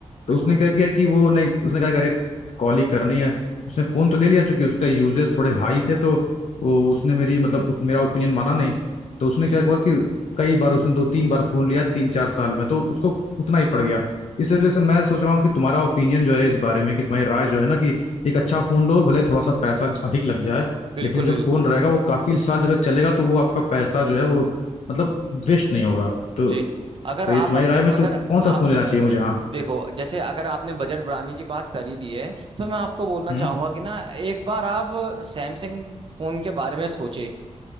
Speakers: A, on the right (about 45°); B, on the left (about 65°).
A: बिल्कुल
B: तो उसने क्या किया कि वो नहीं उसने कहा कि अरे कॉल ही करनी है उसने फोन तो ले लिया चूंकि उसका यूजेस थोड़े हाई थे तो वो उसने मेरी मतलब उस, मेरा ओपिनियन माना नहीं तो उसने
A: जी
B: क्या हुआ कि कई बार उसने दो तीन बार फोन लिया तीन चार साल में तो उसको उतना ही पड़ गया इसलिए जैसे मैं सोच रहा हूँ कि तुम्हारा ओपिनियन जो है इस बारे में कि तुम्हारी राय जो है ना कि एक अच्छा फोन लो भले थोड़ा सा पैसा अधिक लग जाए
A: बिल्कुल
B: लेकिन जो
A: बिल्कुल
B: फोन रहेगा वो काफी साल अगर चलेगा तो वो आपका पैसा जो है वो मतलब वेस्ट नहीं होगा तो
A: जी अगर
B: तो
A: आप
B: ये तुम्हारी
A: अप,
B: राय में
A: अगर
B: तो कौन सा
A: आ,
B: फोन लेना चाहिए मुझे हाँ
A: देखो जैसे अगर आपने बजट बढ़ाने की बात करी दी है तो मैं आपको बोलना
B: हम्म
A: चाहूंगा कि ना एक बार आप सैमसंग फोन के बारे में सोचे